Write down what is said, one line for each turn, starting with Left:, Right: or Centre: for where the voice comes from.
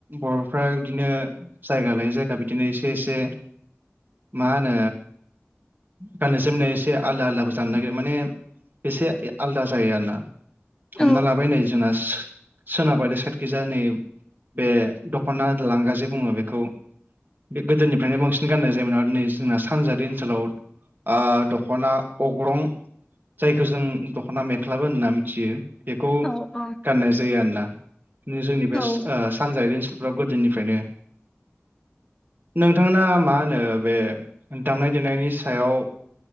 Right: बर'फ्रा बिदिनो जायगा लायै जायगा बिदिनो एसे एसे मा होनो गाननाय जोमनाय एसे आलदा आलदाबो जानो नागिरो माने एसे ए आलदा जायो आरोना हमना
Left: औ
Right: लाबायनानै जोंना सो-सोनाबारि साइडखिजा नै बे दख'ना लांगाजे बुंङो बेखौ बे गोदोनिफ्रायनो बांसिन गाननाय जायोमोन आरो नै जोंना सानजारि ओनसोलाव ओ दख'ना अग्रं जायखौ जों दख'ना मेख्लाबो होनना मिथियो बेखौ
Left: औ औ
Right: गाननाय जायो आरोना जोंनि बे
Left: औ
Right: ओ सानजारि ओनसो लफ्राव गोदोनिफ्रायनो नोंथांना मा होनो बे दामनाय देनायनि सायाव